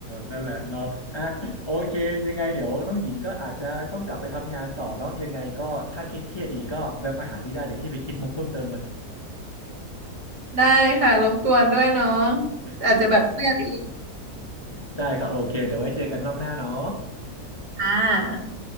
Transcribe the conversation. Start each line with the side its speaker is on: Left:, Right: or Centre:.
Left: นั่นแหละเนาะอ่ะโอเคยังไงเดี๋ยวน้องหญิงก็อาจจะต้องกลับไปทำงานต่อเนาะยังไงก็ถ้าคิดเครียดอีกก็แวะมาหาพี่ได้เดี๋ยวพี่ไปคิดมุกเพิ่มเติมก่อน
Right: <laughs> ได้ค่ะรบกวนด้วยน้องอาจจะแบบเครียดอีก
Left: <laughs> โอ้ได้ครับโอเคเดี๋ยวไว้เจอกันรอบหน้าเนาะ
Right: อ่า